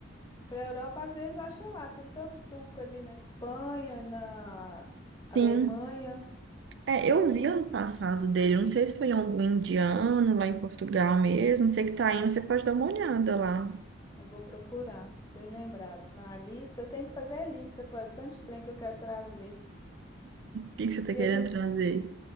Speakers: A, on the left; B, on the right.
A: para Europa, às vezes acha lá. Tem tanto turco ali na Espanha, na Alemanha.
B: Sim. É, eu vi ano passado dele, não sei se foi em algum indiano lá em Portugal mesmo. Sei que tá indo, você pode dar uma olhada lá. O
A: Eu vou procurar, bem lembrado. Na lista, eu tenho que fazer a lista para tanto de trem que eu quero trazer.
B: que que você tá
A: E
B: querendo
A: a gente,
B: trazer